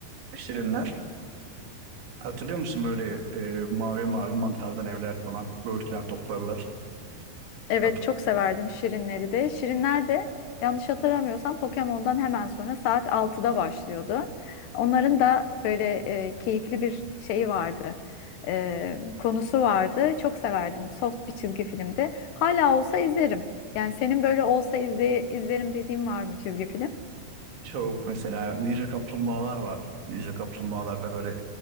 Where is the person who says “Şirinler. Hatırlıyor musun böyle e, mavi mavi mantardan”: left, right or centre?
Right